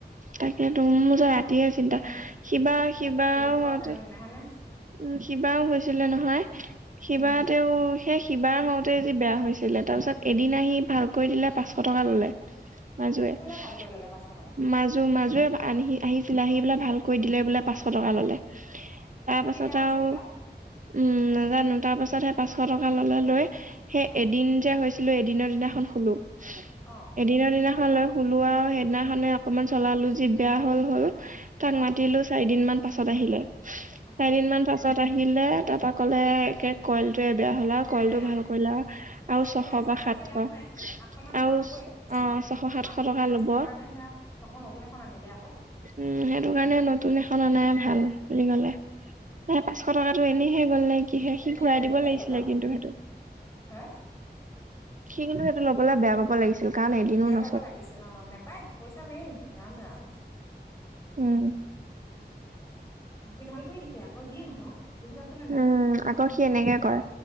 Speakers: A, on the right; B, on the left.
A: তাকে তোৰোৰ যেত ৰাতিহে চিন্তা শিবা শিবা
B: ৰাতি দিনটো বাৰু
A: হতে
B: যেনে তেনে হয়নে
A: উম শিবাও হৈছিলে নহয় শিবা
B: উম
A: তেও সেই কিবা হওঁতে যে বেয়া হৈছিলে তাৰ পিছত এদিন আহি ভালকৈ দিলে পাঁচশ টকা ললে। মাজুৱে মাজ
B: কোনে ভাল কৰি ল'লে পাঁচশ টকা
A: মাজু মাজো য়ে অনহি-আহি পেলাই ভালকৈ দিলে বোলে পাঁচশ টকা ল'লে। তাৰ পাছত
B: কি বেয়া হৈছিল
A: আৰু
B: বা
A: উম নাজানো তাৰপাছতহে পাঁচশ টকা ল'লে লৈ সেই
B: অঁ
A: এদিন যে হৈছিলো, এদিনৰ দিনাখন শুলো।
B: অ'।
A: দিনা-দিনাখন লৈ শুলো আৰু সেইদিনাখনে অকনমান চলালো যি বেয়া হ'ল, হ'ল। তাক
B: অঁ
A: মাতিলো চাৰি দিনমান পাছত আহিলে,
B: আহিলে
A: চাৰিদিন মান পাছত পাছত আহিলে তাৰ পৰা ক'লে একে কইল টোৱে বেয়া হ'ল আৰু। কইলটো
B: বেয়া
A: ভাল
B: হ'ল
A: কৰিলে আৰু
B: কইলটো
A: ছশ
B: বেয়া হৈ
A: বা
B: ভাল
A: সাতশ
B: কৰি লাভ নাই আঠশ মান টকা
A: আৰু
B: ল'বই
A: অ'। ছশ সাতশ
B: আমাৰ ভিন্দৰে
A: টকা লব
B: সেইটো কাৰণে সেয়া আকৌ নতুন এখন আনিলে আকৌ।
A: উম সেইটো কাৰণে নতুন এখন অনাই ভাল বুলি ক'লে। এ পাঁচশ টকাটো এনেহে গ'ল নে কিহে সি
B: এনেই
A: ঘূৰাই
B: গ'ল
A: দিব
B: এনেই
A: লাগিছিলে
B: গ'ল আৰু
A: কিন্তু সেইটো।
B: হে
A: সি কিন্তু সেইটো ল'বলে বেয়া পাব লাগিছিল কাৰণ এদিনো ন
B: ক'ব লাগিছিল অ' নেপাই পইচা মেইন ৰাম, ৰাম।
A: উম।
B: সি ভাল কৰি দিছে আকৌ যিয়ে নহওক, বুজি পাইছ নে নাই।
A: উম, আকৌ সি এনেকে কয়